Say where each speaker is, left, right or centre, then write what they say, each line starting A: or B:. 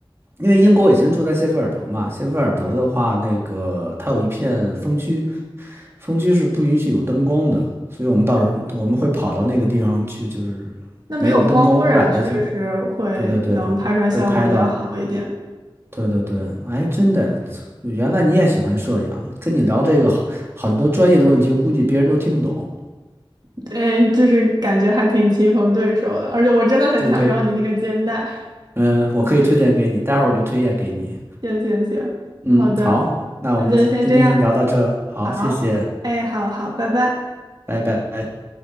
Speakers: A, on the right; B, on the right.
A: 因为英国我以前住在谢菲尔德嘛，谢菲尔德的话，那个它有一片风区，风区是不允许有灯光的，所以我们到时候我们会跑到那个地方去，就是
B: 那没有光污染，
A: 没有灯光污染的情
B: 确实会能拍出来效果比较好一点。
A: 对对对，会拍到，对对对，哎，真的，原来你也喜欢摄影，跟你聊这个好很多专业的问题，我估计别人都听不懂。
B: 对，就是感觉还挺棋逢对手的，而且我真的很想要你那个肩带。
A: 对对，嗯、我可以推荐给你，待会儿我就推荐给你。
B: 行行行，
A: 嗯，
B: 好的，
A: 好，那我们今天先聊到这儿好，
B: 那就先这样。好，
A: 谢谢，
B: 哎，好好，拜拜。
A: 拜拜。